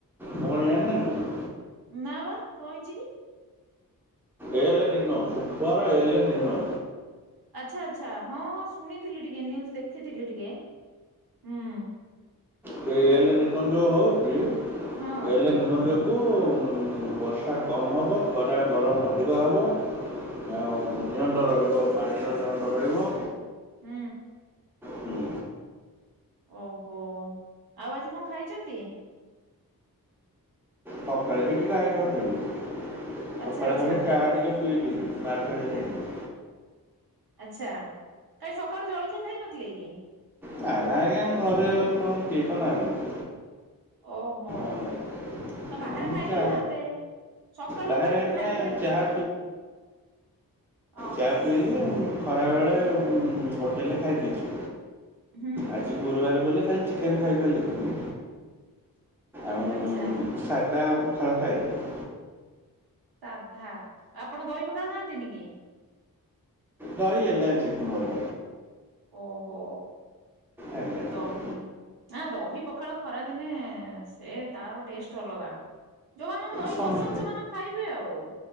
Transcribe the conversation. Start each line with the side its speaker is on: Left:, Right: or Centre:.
Centre: ଭଉଣି ଜାଣି ନାହାନ୍ତି।
Right: ନା ବା କନ୍ ହେଇଚି କି?
Centre: El Nino super El Nino.
Right: ଆଚ୍ଛା ଆଚ୍ଛା ହଁ ହଁ ଶୁଣିଥିଲି ଟିକେ ନ୍ୟୁଜ ଦେଖିଥିଲି ଟିକେ ହୁଁ।
Centre: ସେ ଏଲେ ନିନୋ ଯୋଉ ହଉଛି
Right: ହଁ
Centre: ଏଲେ ନିନୋ ଯୋଗୁ ବର୍ଷା କମ୍ ହବ ଖରା ଗରମ ଅଧିକା ହେବ। ଆଉ ନିଅଣ୍ଟ ରହିବ ପାଣିର ନିଅଣ୍ଟ ରହିବ।
Right: ହୁଁ।
Centre: ହୁଁ।
Right: ଓହୋ ଆଉ ଆଜି କଣ ଖାଇଛନ୍ତି
Centre: ସକାଳେ କିଛି ଖାଇନଥିଲି
Right: ଆଚ୍ଛା
Centre: ସକାଳେ
Right: ଆଚ୍ଛା
Centre: ଖାଲି ଚା ଟିକେ ପିଇଥିଲି ବରଟାରେ ଯାଇକି।
Right: ଆଚ୍ଛା କାଇଁ ସକାଳୁ ଜଳଖିଆ ଖାଇନଥିଲେ କି।
Centre: ଛାଡ ଆଜ୍ଞା ଘରେ କଣ କେହି ତ ନାହାନ୍ତି।
Right: ଓହୋ।
Centre: ଆଉ
Right: ଆ ବାହାରେ
Centre: ମୁଁ
Right: ଖାଇ
Centre: ଚା
Right: ଦେଇଥାନ୍ତେ ସକାଳୁ
Centre: ବାହାରେ
Right: ଆକ୍ଚୁଲରେ
Centre: ଆଜ୍ଞା
Right: ଖାଲି ପେଟ
Centre: ଚାହା
Right: ଅ।
Centre: ଗ୍ୟାସ ମିଲୁନେଇ ଖରାବେଳେ ହୋଟେଲରେ ଖାଇ ଦେଇଚି।
Right: ହୁଁ।
Centre: ଆଜି ଗୁରୁବାର ବୋଲି ଖାଲି ଚିକେନ ଖାଇପାରିଲି ନି ଆଉ।
Right: ଆଚ୍ଛା।
Centre: ସାଧା ପଖାଳ ଖାଇଦିଏ।
Right: ସାଧା ଆପଣ ଦହି ପଖାଳ ଖାଆନ୍ତିନି କି?
Centre: ଦହି ଆଲଜିକ୍ ମୋର।
Right: ଓହୋ
Centre: ଆଜ୍ଞା
Right: ଦହି ନା ଦହି ପଖାଳ ଖରାଦିନେ ସେ ତାର ଟେଷ୍ଟ ଅଲଗା। ଯୋଉ ମାନଙ୍କୁ ଦହି
Centre: ସମ
Right: ପସନ୍ଦ ସେମାନେ ଖାଇବେ ଆଉ।